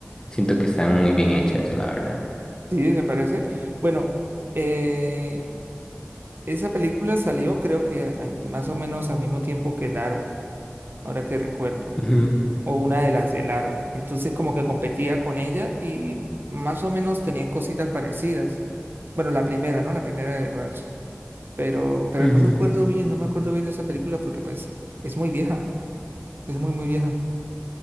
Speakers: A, on the left; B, on the right.
A: Siento que están muy bien hechas, la verdad.
B: sí, me parece. Bueno, eh, Esa película salió creo que a- más o menos al mismo tiempo que El Aro, ahora que recuerdo,
A: Ujú,
B: o una de las del Aro. Entonces como que competía con ella y más o menos tenían cositas parecidas. Bueno, la primera, ¿no? La primera de Grudge. Pero, pero
A: ujú.
B: no me acuerdo bien, no me acuerdo bien de esa película porque pues es muy vieja, es muy, muy vieja.